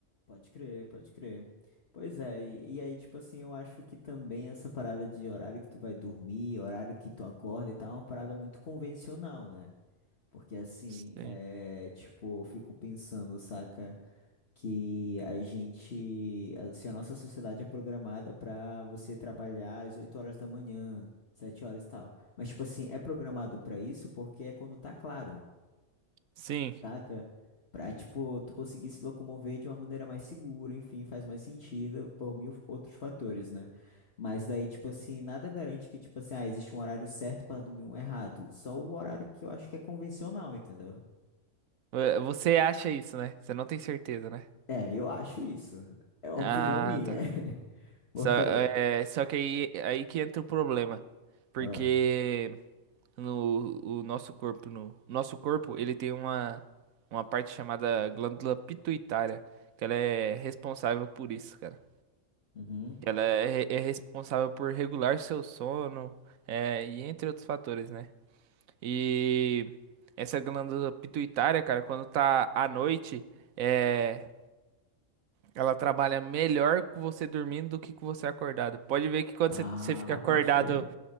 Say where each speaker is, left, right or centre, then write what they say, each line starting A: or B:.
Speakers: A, on the left (about 50°); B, on the right (about 85°).
A: Pode crer, pode crer. Pois é, e, e aí, tipo assim, eu acho que também essa parada de horário que tu vai dormir, horário que tu acorda e tal, é uma parada muito convencional, né? Porque assim,
B: Sim.
A: é, tipo, eu fico pensando, saca, que a gente, assim, a nossa sociedade é programada pra você trabalhar às 8 horas da manhã, 7 horas e tal. Mas, tipo assim, é programado pra isso porque é quando tá claro
B: Sim.
A: saca? Pra, tipo, tu conseguir se locomover de uma maneira mais segura, enfim, faz mais sentido por mil outros fatores, né? Mas daí, tipo assim, nada garante que, tipo assim, ah, existe um horário certo pra dormir e um errado. Só o horário que eu acho que é convencional, entendeu?
B: Eh, Você acha isso, né? Você não tem certeza, né?
A: É, eu acho isso. É uma
B: Ah,
A: opinião minha.
B: tá.
A: <laughs> Por
B: Só,
A: quê?
B: é, só que aí, aí que entra o problema. Porque
A: Ah,
B: no o nosso corpo, no nosso corpo, ele tem uma, uma parte chamada glândula pituitária, que ela é responsável por isso, cara.
A: uhum.
B: Ela é, é responsável por regular seu sono, é, e entre outros fatores, né? E essa glândula pituitária, cara, quando tá à noite, é, ela trabalha melhor com você dormindo do que com você acordado. Pode ver que quando
A: Ah,
B: você, você fica acordado,
A: pode crer.